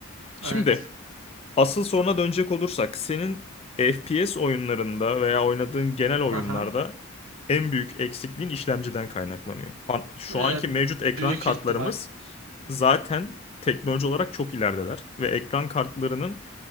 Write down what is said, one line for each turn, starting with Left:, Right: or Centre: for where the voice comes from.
Left: Şimdi
Right: Evet.
Left: Asıl soruna dönecek olursak senin FPS oyunlarında veya oynadığın genel oyunlarda
Right: Aha.
Left: en büyük eksikliğin işlemciden kaynaklanıyor. An- Şu
Right: Ee,
Left: anki mevcut ekran
Right: büyük
Left: kartlarımız
Right: ihtimal.
Left: zaten teknoloji olarak çok ilerideler ve ekran kartlarının